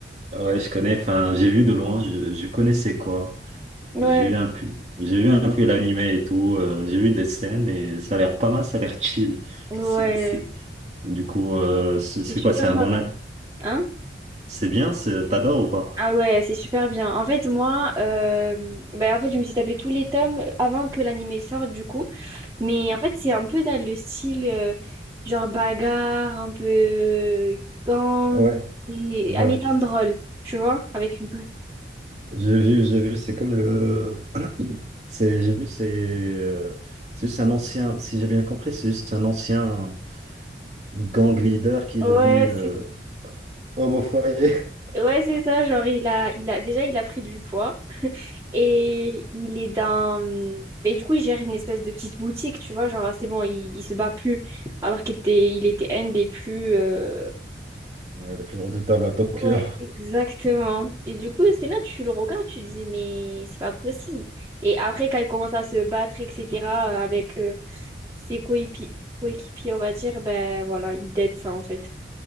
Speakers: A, on the right; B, on the right.
A: Ouais, je connais, enfin, j'ai vu de loin, je, je connaissais quoi.
B: Ouais,
A: J'ai vu un peu, j'ai vu un peu l'animé et tout, euh, j'ai vu des scènes et ça a l'air pas mal, ça a l'air chill.
B: ouais.
A: C'est- c'est- Du coup, euh, c'est c'est
B: C'est super
A: quoi, c'est un
B: marrant.
A: bon, a-
B: Hein
A: c'est bien, c'est- t'adores ou pas?
B: Ah ouais, c'est super bien. En fait, moi, euh, ben, en fait, je me suis tapé tous les tomes avant que l'animé sorte, du coup. Mais en fait, c'est un peu dans le style, euh, genre bagarre, un peu euh, gang,
A: Ouais,
B: et-
A: ouais.
B: en étant drôle, tu vois, avec une touche.
A: J'ai vu, j'ai vu, c'est comme le. C'est, j'ai vu, c'est. euh, C'est juste un ancien, si j'ai bien compris, c'est juste un ancien gang leader qui
B: Ouais,
A: est devenu
B: c'est
A: euh, homme au foyer. <laughs>
B: ouais, c'est ça. Genre, il a, il a, déjà, il a pris du poids. Et il est dans... Mais du coup, il gère une espèce de petite boutique, tu vois. Genre, c'est bon, il, il se bat plus. Alors qu'il était, il était un des plus... euh,
A: Ouais, le plus redoutable à Tokyo.
B: Ouais, exactement. Et du coup, c'est là, tu le regardes, tu dis, mais c'est pas possible. Et après, quand il commence à se battre, etc., avec euh, ses coépi- coéquipiers, on va dire, ben voilà, il dead ça, en fait.